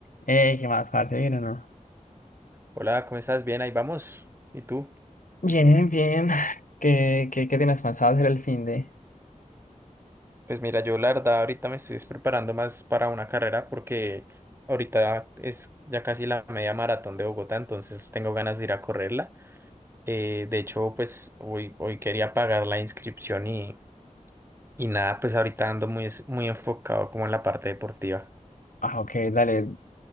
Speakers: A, on the left; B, on the right.
A: Eh, ¿qué más, parce? ¿Bien o no?
B: Hola, ¿cómo estás? Bien, ahí vamos. ¿Y tú?
A: Bien, bien. ¿Qué, qué, qué tienes pensado hacer el fin de...?
B: Pues mira, yo la verdad ahorita me estoy preparando más para una carrera porque ahorita es ya casi la media maratón de Bogotá, entonces tengo ganas de ir a correrla. Eh, de hecho, pues hoy, hoy quería pagar la inscripción y, y nada, pues ahorita ando muy, es- muy enfocado como en la parte deportiva.
A: Ah, ok, dale.